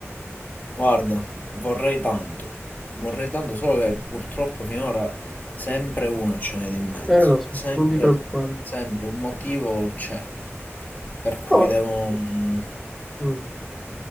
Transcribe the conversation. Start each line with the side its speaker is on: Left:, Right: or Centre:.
Left: guarda, vorrei tanto. Vorrei tanto, solo che purtroppo finora sempre una ce n'è di mezzo.
Centre: Eh, lo so,
Left: Sempre,
Centre: non ti preoccupare.
Left: sempre un motivo c'è per cui
Centre: No,
Left: devo... mm,
Centre: mm,